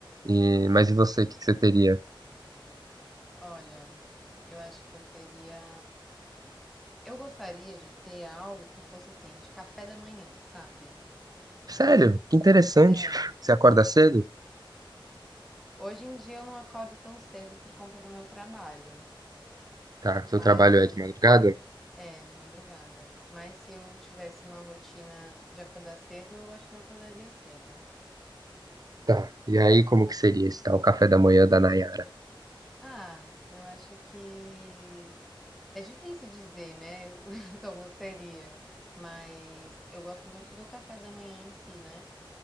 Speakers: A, on the right; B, in the centre.
A: E, mas e você, o que que você teria?
B: Olha, eu acho que eu teria. Eu gostaria de ter algo que fosse assim, de café da manhã, sabe?
A: Sério, que interessante.
B: É.
A: Você acorda cedo?
B: Hoje em dia eu não acordo tão cedo por conta do meu trabalho,
A: Tá,
B: mas
A: seu trabalho é de madrugada?
B: é de madrugada. Mas se eu tivesse uma rotina de acordar cedo, eu acho que eu acordaria cedo.
A: Tá. E aí, como que seria esse tal café da manhã da Nayara?
B: Ah, eu acho que é difícil dizer, né, <laughs> como seria, mas eu gosto muito do café da manhã em si, né?